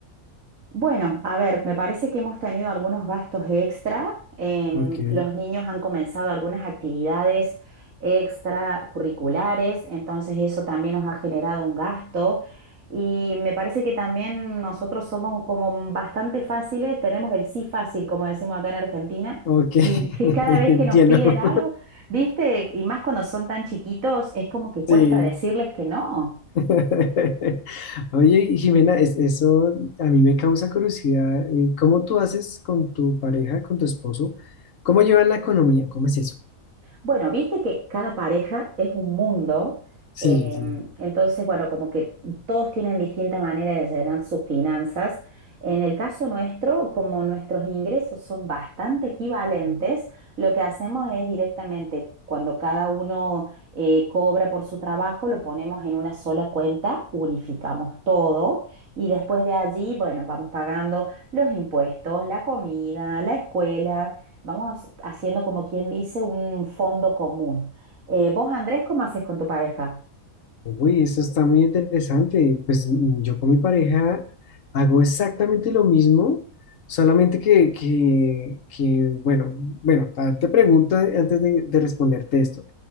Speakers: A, on the right; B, on the left.
A: Bueno, a ver, me parece que hemos tenido algunos gastos extra. em,
B: Ok,
A: los niños han comenzado algunas actividades extracurriculares, entonces eso también nos ha generado un gasto. Y me parece que también nosotros somos como bastante fáciles, tenemos el sí fácil, como decimos acá en Argentina,
B: ok,
A: y <laughs> que
B: <laughs>
A: cada vez
B: entiendo.
A: que nos piden algo, viste, y más cuando son tan chiquitos, es como que cuesta
B: Sí.
A: decirles que no.
B: <laughs> Oye, Jimena, es- eso a mí me causa curiosidad. eh, ¿Cómo tú haces con tu pareja, con tu esposo? ¿Cómo llevan la economía? ¿Cómo es eso?
A: Bueno, viste que cada pareja es un mundo,
B: Sí,
A: em,
B: sí.
A: entonces, bueno, como que todos tienen distintas maneras de llenar sus finanzas. En el caso nuestro, como nuestros ingresos son bastante equivalentes, lo que hacemos es directamente, cuando cada uno eh, cobra por su trabajo, lo ponemos en una sola cuenta, unificamos todo y después de allí, bueno, vamos pagando los impuestos, la comida, la escuela. Vamos haciendo como quien dice un fondo común. Eh, vos, Andrés, ¿cómo haces con tu pareja?
B: Uy, eso está muy interesante. Pues mm, yo con mi pareja hago exactamente lo mismo, solamente que, que, que, bueno, bueno, ta- te pregunto antes de, de responderte esto.